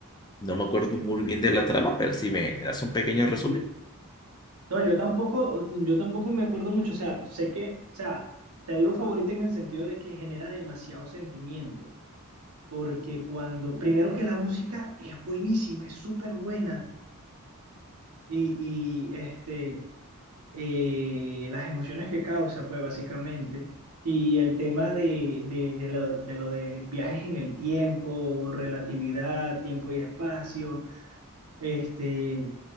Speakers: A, on the left; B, on the right.
A: No me acuerdo muy bien de la trama, pero sí me das un pequeño resumen.
B: No, yo tampoco, yo tampoco me acuerdo mucho. O sea, sé que, o sea, te digo favorita en el sentido de que genera demasiado sentimiento. Porque cuando, primero que la música es buenísima, es súper buena. Y, y este, eh, las emociones que causa, pues básicamente. Y el tema de, de, de lo, de lo de viajes en el tiempo, relatividad, tiempo y espacio. Este,